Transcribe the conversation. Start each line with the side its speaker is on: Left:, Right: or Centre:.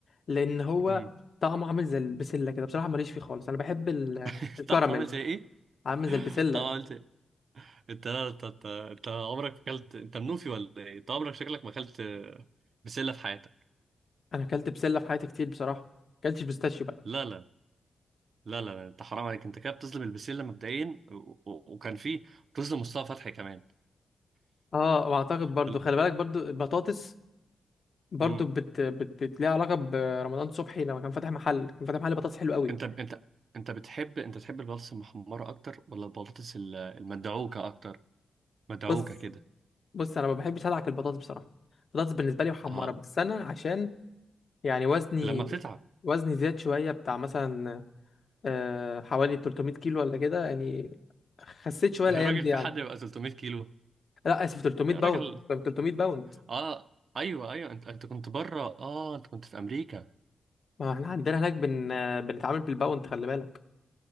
Left: لان هو
Right: امم
Left: طعمه عامل زي البسله كده بصراحه ماليش فيه خالص انا بحب ال-
Right: <laughs>
Left: الكراميل
Right: طعمه عامل زي <laughs> ايه
Left: عامل زي البسله
Right: طعمه عامل زي انت لا انت انت, انت عمرك ما اكلت انت منوفي ولا ايه انت عمرك شكلك ما اكلت بسله في حياتك
Left: انا اكلت بسله في حياتي كتير بصراحه اكلتش بيستاشيو بقى
Right: لا لا لا لا لا انت حرام عليك انت كده بتظلم البسله مبدئيا و... و... وكان في بتظلم مصطفى فتحي كمان
Left: اه واعتقد برضو
Right: ال...
Left: خلي بالك برضو البطاطس برضو
Right: امم
Left: بت... بت... بت... ليها علاقه برمضان صبحي لما كان فاتح محل كان فاتح محل بطاطس حلو قوي
Right: انت انت انت بتحب انت تحب البطاطس المحمره اكتر ولا البطاطس ال- المدعوكه اكتر مدعوكه
Left: بص
Right: كده
Left: بص انا ما بحبش ادعك البطاطس بصراحه البطاطس بالنسبه لي محمره
Right: اه
Left: بس انا عشان يعني وزني
Right: لما بتتعب
Left: وزني زاد شويه بتاع مثلا آه، حوالي 300 كيلو ولا كده يعني خسيت شويه
Right: يا
Left: الايام
Right: راجل
Left: دي
Right: في
Left: يعني
Right: حد يبقى 300 كيلو
Left: لا اسف 300
Right: يا
Left: باوند
Right: راجل
Left: طب 300 باوند
Right: اه ايوه ايوه انت انت كنت بره اه انت كنت في امريكا
Left: ما احنا عندنا هناك بن... بنتعامل بالباوند خلي بالك